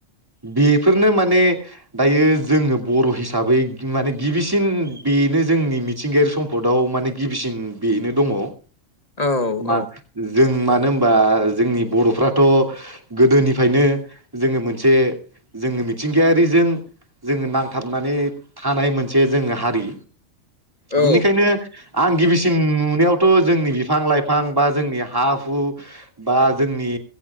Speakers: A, on the right; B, on the left.
A: बेफोरनो माने दायो जोङो बर' हिसाबै माने गिबिसिन बेनो जोंनि मिथिंगायारि सम्फदआव माने गिबिसिन बेनो दङ
B: औ
A: मा
B: औ
A: जों मानो होनबा जोंनि बर'फ्राथ'। गोदोनिफ्रायनो जोङो मोनसे जोङो मिथिंगायारिजों जोङो नांथाबनानै थानाय मोनसे जोङो हारि।
B: औ
A: बिनिखायनो आं गिबिसिन नुनायाव। थ' जोंनि बिफां लाइफां बा जोंनि हा हु बा जोंनि